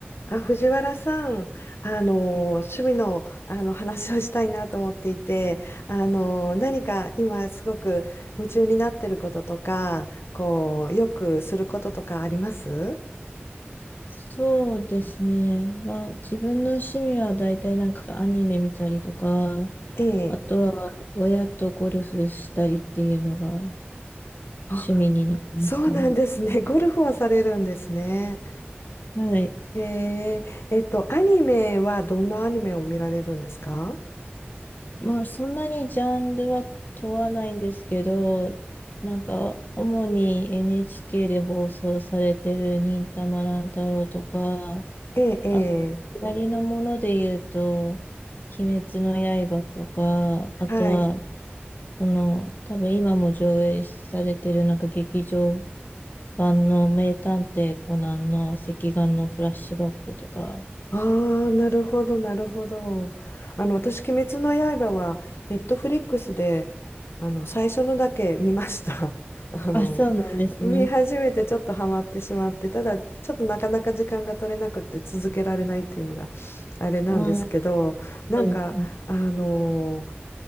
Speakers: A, on the left (about 75°); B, on the left (about 50°).
A: あ、藤原さん、あの、趣味の、あの話をしたいなと思っていて、あの、何か今すごく夢中になってることとか、こう、よくすることとかあります
B: そうですね。まあ自分の趣味は大体なんかアニメ見たりとか、
A: ええ。
B: あとは親とゴルフしたりっていうのが
A: あ、
B: 趣味になりますかね。
A: そうなんですね。ゴルフをされるんですね。
B: はい。
A: ええ、えっと、アニメはどんなアニメを見られるんですか
B: まあそんなにジャンルは問わないんですけど、なんか主に NHK で放送されてる忍たま乱太郎とか、
A: ええ、え
B: あと、
A: え。
B: 左のもので言うと、鬼滅の刃とか、あとは
A: はい。
B: その、多分今も上映されてるなんか劇場版の名探偵コナンの赤眼のフラッシュバックとか。
A: ああ、なるほど、なるほど。あの、私、鬼滅の刃は、ネットフリックスで、あの、最初のだけ見ました。<laughs> あの、
B: あ、そうなんですね。
A: 見始めてちょっとハマってしまって、ただ、ちょっとなかなか時間が取れなくって続けられないっていうのが、あれなんですけど、
B: うん
A: なんか、
B: そうですね。
A: あの、